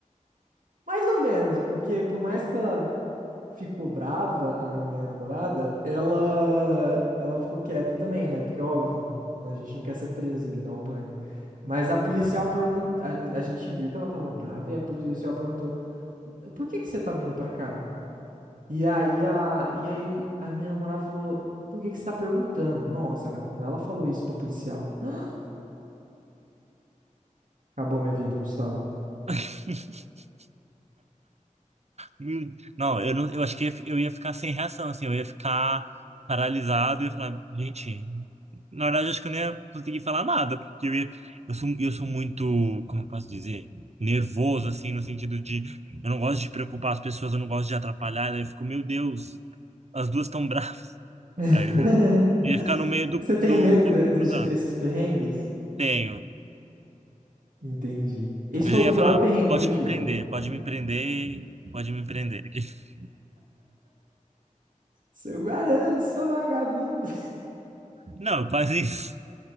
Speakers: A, on the right; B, on the right.
A: <laughs> Mais ou menos, porque por mais que ela ficou brava, a minha namorada, ela ela ficou quieta também, né? Porque, óbvio, a gente não quer ser preso ali na Albânia. Mas a policial pergunta, a, a gente viu que ela tava brava e a policial perguntou: "Por que que você tá vindo pra cá?" E aí a e aí a minha namorada falou: "Por que que você tá perguntando?" Nossa, cara, quando ela falou isso pra policial, <gasps> acabou minha vida, Gustavo.
B: <laughs> Meu- Deus. Não, eu não, eu acho que ia fi- eu ia ficar sem reação, assim, eu ia ficar paralisado e ia falar, gente, na verdade eu acho que eu nem ia conseguir falar nada, porque eu ia, eu sou, eu sou muito, como eu posso dizer, nervoso, assim, no sentido de, eu não gosto de preocupar as pessoas, eu não gosto de atrapalhar, daí eu fico, meu Deus, as duas estão bravas.
A: <laughs>
B: Aí eu ia ficar no meio do,
A: Você tem
B: do
A: medo
B: fogo
A: de, de
B: cruzado.
A: ter esses perrengues?
B: Tenho.
A: Entendi. Esse
B: Eu
A: foi
B: já
A: o
B: ia
A: pior
B: falar,
A: perrengue
B: pode
A: que eu tive.
B: me prender, pode me prender, pode me prender. <laughs>
A: Seu Guarano, sou vagabundo.
B: Não, faz isso.